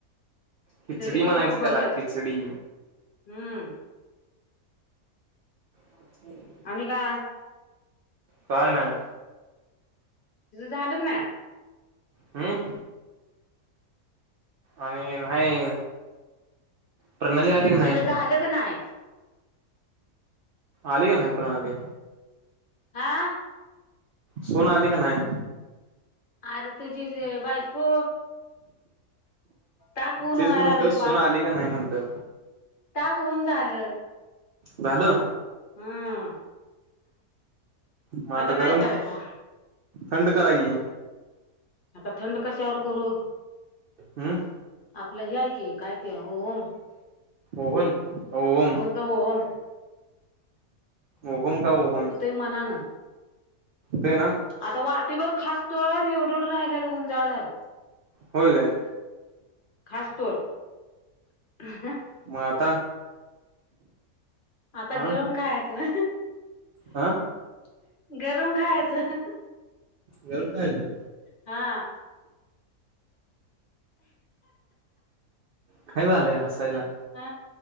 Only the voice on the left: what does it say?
उर्फ
भगर
हम्म.
आणि काय?
तिझ झालं का ना.
तीज झालं का नाही?
आं.
अरे तुझी ज बायको. टाकवून
व्हायला
लागल
पाक.
ताक होऊन झालं.
हम्म.
काय
करायचं
आता थंड कशावर करू?
आपलं ही, हाय की. काय ती ओहम.
ओहम.
होतय, मनानं.
आता वाटीबर खासतोर. एवढेढ राहिलेलं, उंजाळ झालं.
खासतोर. <inaudible>
आता
गरम खायाचं.
<inaudible> गरम खायाचं.
हा.
ह